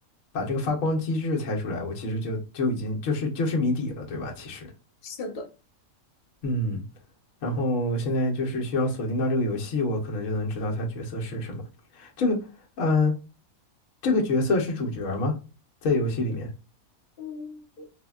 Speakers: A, on the left; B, on the left.
A: 把这个发光机制猜出来，我其实就就已经就是就是谜底了，对吧？其实，
B: 是的，
A: 嗯，然后现在就是需要锁定到这个游戏，我可能就能知道它角色是什么。这个，嗯、这个角色是主角吗？在游戏里面
B: 嗯，